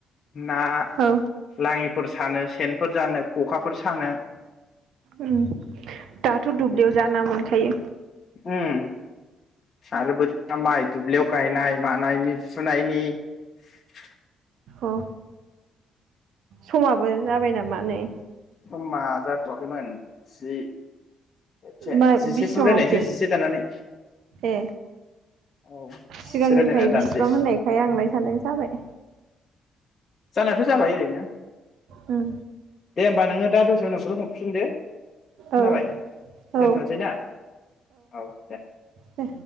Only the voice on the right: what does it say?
औ
उम दाथ' दुब्लियाव जा ना मोनखायो
अ समाबो जाबाय नामा नै
मा
बिसिबाङावथो
ए
सिगांनिफ्राय
बेसिबां
होननायखाय आंलाय सानदों जाबाय
ओम
औ औ
दे